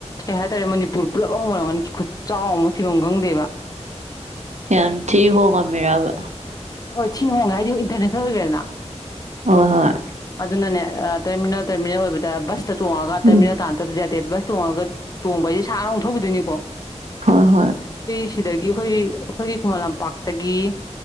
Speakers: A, on the left (about 30°); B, on the right (about 75°).
A: ꯀꯩ ꯍꯥꯏꯇꯥꯔꯦ ꯃꯅꯤꯄꯨꯔ ꯄꯨꯜꯂꯞ ꯑꯃ ꯑꯣꯏꯔꯝꯀꯗ ꯈꯨꯠ ꯆꯥꯎ ꯑꯃ ꯊꯤꯕ ꯈꯪꯗꯦꯕ
B: ꯌꯥꯝ ꯊ ꯍꯒ ꯃꯦꯔꯕ
A: ꯍꯣꯏ ꯊꯤ ꯍꯑꯣꯣꯡꯉ ꯍꯥꯏꯗꯤ ꯏꯟꯇꯔꯅꯦꯁꯅꯦꯜ ꯑꯣꯏꯒꯦꯔꯅ
B: ꯍꯣꯏ ꯍꯣꯏ
A: ꯑꯗꯨꯅꯅꯦ ꯇꯔꯃꯤꯅꯜ ꯇꯔꯃꯤꯜ ꯑꯣꯏꯕꯗꯁ ꯊꯨꯡꯉꯒꯅ
B: ꯎꯝ
A: ꯇꯥꯟ ꯇꯦꯕ꯭ꯂꯁ ꯇꯣꯡꯉꯒ ꯇꯣꯡꯕ ꯍꯥꯏꯁꯦ ꯁꯥꯔ ꯑꯣꯊꯣꯛꯈꯤꯗꯣꯏꯅꯤꯀꯣ
B: ꯍꯣꯏ ꯍꯣꯏ
A: ꯁꯤꯗꯒꯤ ꯑꯩꯈꯣꯏ ꯑꯩꯈꯣꯏꯒꯤ ꯈꯨꯃꯟ ꯂꯝꯄꯥꯛꯇꯒꯤ